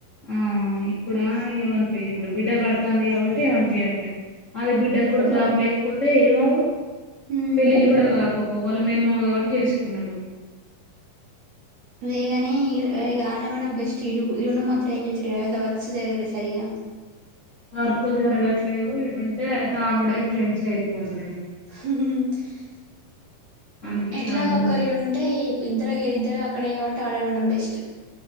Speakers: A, on the left; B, on the right.
A: ఆ ఇప్పుడా ఏమనిపోయది ఇప్పుడు బిడ్డ కడుతంది కాబట్టి ఏమనిపియట్లేదు అట్లే అది బిడ్డ కూడా జాబ్ లేకపోతే ఏమవు
B: ఉమ్
A: పెళ్ళిళ్ళు కూడా కాకపోవు వాళ్ళ మేనమామ కాబట్టి చేసుకున్నాడు
B: వేగానే ఈ గార్డన్ బెస్ట్ ఇయన మాత్రం అయి వర్క్స్ లేదు సరిగా అ <inaudible>
A: వర్క్లు జరగట్లేవు ఇడుంటే తాగుడే ఫ్రెండ్స్ ఎక్కువ ఉండ్రీ
B: <unintelligible>
A: అందుకే
B: ఎట్లా
A: ఈయ ఆన్నే
B: ఒకరి
A: ఉన్నడు
B: ఉంటే ఇద్దరు ఇద్దరు అక్కడే కాబట్టి ఆడే ఉండడం బెస్ట్